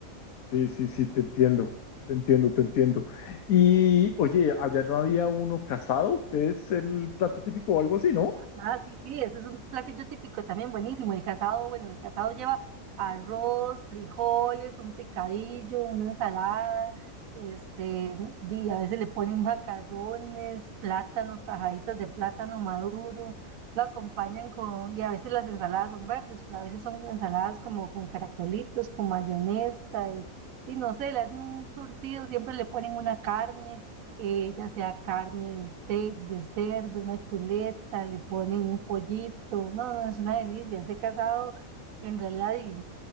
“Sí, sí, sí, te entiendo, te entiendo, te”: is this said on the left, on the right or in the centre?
Left